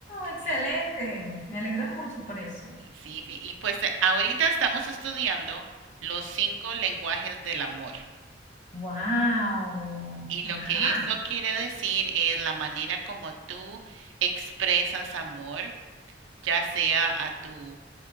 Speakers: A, on the left; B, on the right.
A: Excelente.
B: Fíjate.
A: Me alegro mucho por eso.
B: Sí, fí- y pues eh, ahorita estamos estudiando los cinco lenguajes del amor.
A: Wow.
B: Y
A: Ajá.
B: lo que eso quiere decir es la manera como tú expresas amor, ya sea a tu